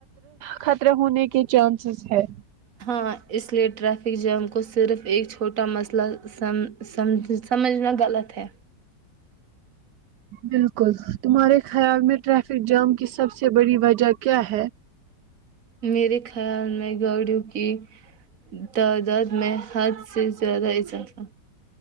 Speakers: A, on the right; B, on the right.
A: خطرہ ہونے کے چانسیز ہے
B: ہاں اس لیے ٹریفک جام کو صرف ایک چھوٹا مسئلہ سمجھنا غلط ہے
A: بالکل تمہارے خیال میں ٹریفک جام کی سب سے بڑی وجہ کیا ہے
B: میرے خیال میں گاڑیوں کی تعداد میں حد سے زیادہ اضافہ